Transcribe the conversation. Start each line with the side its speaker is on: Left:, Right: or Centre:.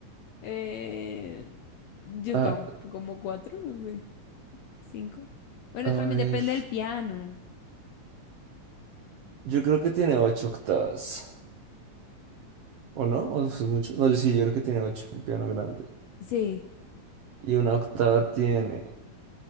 Left: Eh, yo
Right: A,
Left: tampoco, como cuatro, no sé, cinco. Bueno,
Right: a
Left: también
Right: ver,
Left: depende del piano.
Right: yo creo que tiene ocho octavas, ¿o no? ¿O eso es mucho? No, yo sí, yo creo que tiene ocho, un piano grande.
Left: Sí.
Right: Y una octava tiene.